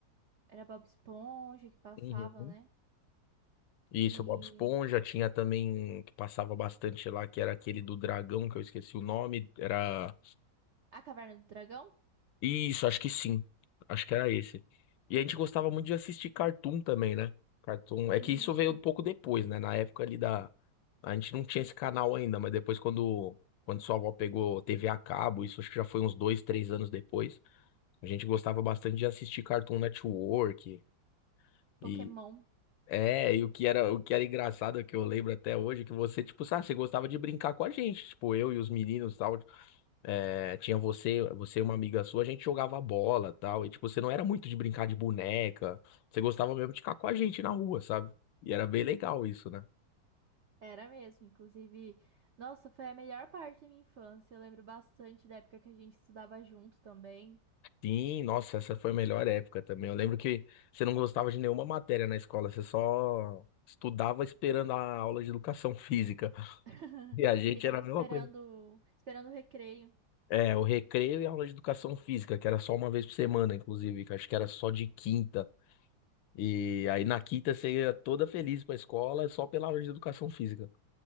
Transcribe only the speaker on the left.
Uhum.
Isso,
Bob Esponja, tinha também que passava bastante lá, que era aquele do dragão, que eu esqueci o nome, era
Isso, acho que sim. Acho que era esse. E a gente gostava muito de assistir Cartoon também, né? Cartoon.
É que isso veio um pouco depois, né? Na época ali da. A gente não tinha esse canal ainda, mas depois quando. Quando sua avó pegou TV a cabo, isso acho que já foi uns dois, três anos depois. A gente gostava bastante de assistir Cartoon Network.
E, É, e o que era, o que era engraçado que eu lembro até hoje, é que você, tipo, sabe, você gostava de brincar com a gente, tipo, eu e os meninos, e tal, é, tinha você, você e uma amiga sua, a gente jogava bola, e tal, e tipo, você não era muito de brincar de boneca, você gostava mesmo de ficar com a gente na rua, sabe? E era bem legal isso, né?
Sim, nossa, essa foi a melhor época também. Eu lembro que você não gostava de nenhuma matéria na escola, você só estudava esperando a aula de educação física. <laughs>
E a gente
era a
mesma coisa.
É, o recreio e a aula de educação física, que era só uma vez por semana, inclusive, que acho que era só de quinta. E aí na quinta você ia toda feliz pra escola só pela aula de educação física.